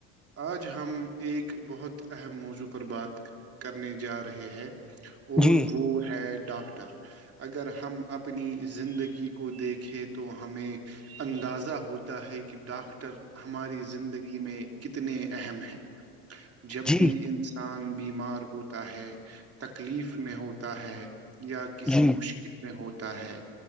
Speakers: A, on the right (about 30°); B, in the centre.
A: آج ہم ایک بہت اہم موضوع پر بات کرنے جا رہے ہیں اور
B: جی
A: وہ ہے ڈاکٹر اگر ہم اپنی زندگی کو دیکھیں تو ہمیں اندازہ ہوتا ہے کہ ڈاکٹر ہماری زندگی میں کتنے اہم ہیں جب
B: جی
A: بھی انسان بیمار ہوتا ہے تکلیف میں ہوتا ہے یا کسی
B: جی
A: مشکل میں ہو ہے